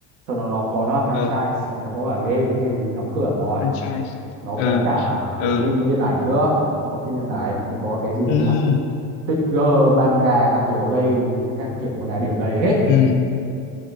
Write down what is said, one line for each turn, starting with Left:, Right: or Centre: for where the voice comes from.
Right: sau đó nó có nó là franchise
Left: ừ
Right: thì nó có cả game game thì đóng cửa rồi
Left: franchise
Right: nó
Left: ừ
Right: có cả ờ,
Left: ừ
Right: phim điện ảnh nữa cũng có phim điện ảnh cũng có cái gì
Left: ừ
Right: đấy nhỉ figure manga các kiểu đây các kiểu còn là điều đầy hết
Left: ừ